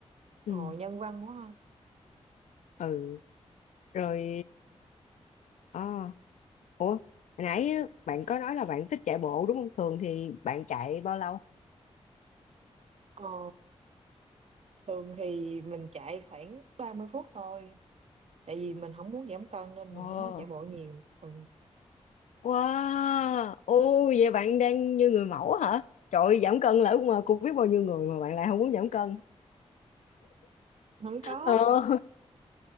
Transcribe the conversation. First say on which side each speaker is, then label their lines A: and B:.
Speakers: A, on the left; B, on the right.
A: ừ
B: ồ nhân văn quá ha
A: ừ rồi à, ủa hồi nãy á, bạn có nói là bạn thích chạy bộ đúng không thường thì bạn chạy bao lâu
B: ồ thường thì mình chạy khoảng 30 phút thôi tại vì mình không muốn giảm cân nên
A: ờ
B: mình không có chạy bộ nhiều ừ.
A: Wow, ô vậy bạn đang như người mẫu hả? Trời ơi, giảm cân là ước mơ của biết bao nhiêu người mà bạn lại không muốn giảm cân.
B: không có
A: Ờ,